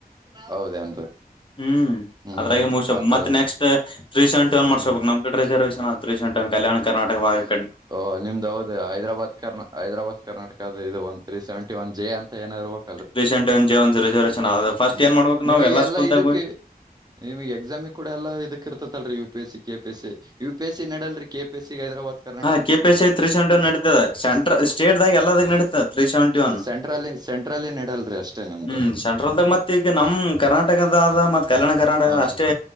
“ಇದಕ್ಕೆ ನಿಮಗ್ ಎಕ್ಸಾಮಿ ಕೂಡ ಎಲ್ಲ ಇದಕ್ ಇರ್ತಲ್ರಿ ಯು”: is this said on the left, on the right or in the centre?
Right